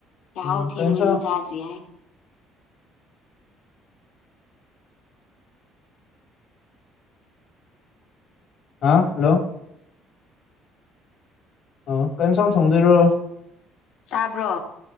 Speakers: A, on the left; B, on the left.
A: ꯆꯍꯥꯎ
B: ꯎꯝ
A: ꯊꯦꯡꯕꯒꯤ
B: ꯀꯩ ꯏꯟꯁꯥꯡ
A: ꯆꯥꯗ꯭ꯔꯤ ꯍꯥꯏ
B: ꯍꯥ ꯍꯜꯂꯣ ꯑ ꯀꯩꯅ ꯁꯝ ꯊꯣꯡꯗꯣꯏꯔꯣ
A: ꯇꯥꯕ꯭ꯔꯣ